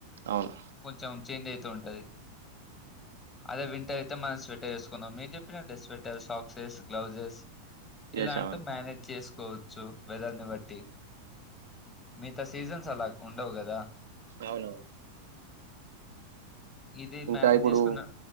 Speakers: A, on the right; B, on the left.
A: అవును.
B: కొంచం చేంజ్ అయిత ఉంటది అదే వింటర్ అయితే మనం స్వెటర్ వేసుకున్నాం, మీరు చెప్పినట్టే స్వెటర్ సాక్సేస్ గ్లౌసెస్ ఇలాంటి
A: యెస్. అవును.
B: మేనేజ్ చేసు కోవచ్చు వెదర్ ని బట్టి మిగతా సీజన్స్ అలా ఉండవు కదా
A: అవును
B: ఇది
A: ఇంకా
B: మేనేజ్
A: ఇప్పుడు
B: చేసుకున్న